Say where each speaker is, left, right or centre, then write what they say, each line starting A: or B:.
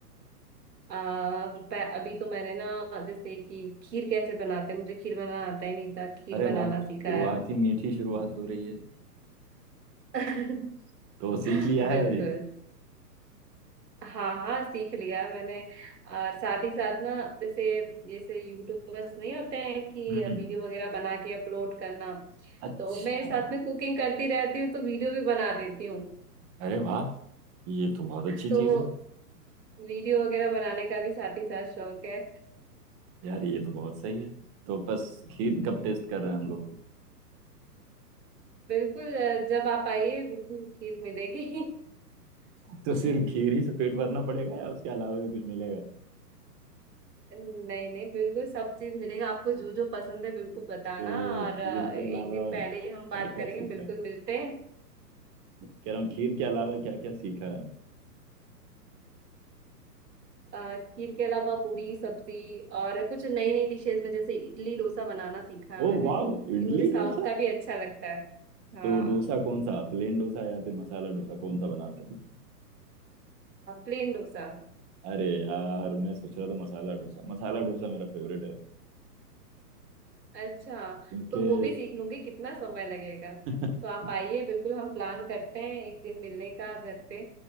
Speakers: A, on the right (about 80°); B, on the right (about 30°).
A: अ, प- अभी तो मैंने ना जैसे कि खीर कैसे बनाते हैं मुझे खीर बनाना आता ही नहीं था खीर
B: अरे
A: बनाना
B: वाह
A: सीखा
B: शुरुआत
A: है
B: ही मीठी शुरुआत हो रही है
A: <laughs>
B: तो सीख लिया है
A: बिल्कुल
B: अभी
A: हाँ हाँ सीख लिया है मैंने और साथ ही साथ ना जैसे जैसे यूट्यूबर्स नहीं होते हैं कि
B: हम्म
A: वीडियो वगैरह बना के अपलोड करना
B: अच्छा
A: तो मैं साथ में कुकिंग करती रहती हूँ तो वीडियो भी बना देती हूँ
B: अरे वाह ये तो बहुत अच्छी
A: तो
B: चीज
A: वो
B: है
A: वीडियो वगैरह बनाने का भी साथ ही साथ शौक है
B: यार ये तो बहुत सही है तो बस खीर कब टेस्ट कर रहे हैं हम लोग
A: बिल्कुल अ, जब आप आइए बिल्कुल खीर मिलेगी
B: <laughs> तो सिर्फ खीर ही से पेट भरना पड़ेगा या उसके अलावा भी कुछ मिलेगा
A: नहीं नहीं बिल्कुल सब चीज मिलेगा आपको जो जो पसंद है बिल्कुल बताना
B: तो
A: और
B: खीर
A: अ, एक
B: के अलावा
A: दिन
B: और
A: पहले
B: क्या
A: ही हम बात
B: क्या
A: करेंगे
B: सीखा
A: बिल्कुल मिलते हैं
B: कह रहा हूँ खीर के अलावा क्या क्या सीखा है
A: अ, खीर के अलावा पूरी सब्जी और कुछ नई नई डिशेस में जैसे इडली डोसा बनाना सीखा है
B: ओ
A: मैंने
B: वाह
A: ये
B: इडली
A: मुझे साउथ
B: डोसा
A: का भी अच्छा लगता है हाँ
B: तो डोसा कौन सा प्लेन डोसा या फिर मसाला डोसा कौन सा बनाते हैं
A: प्लेन डोसा
B: अरे यार मैं सोच रहा था मसाला डोसा मसाला डोसा मेरा फेवरेट है
A: अच्छा
B: क्योंकि
A: तो वो भी सीख लूंगी कितना समय लगेगा
B: <laughs>
A: तो आप आइए बिल्कुल हम प्लान करते हैं एक दिन मिलने का घर पे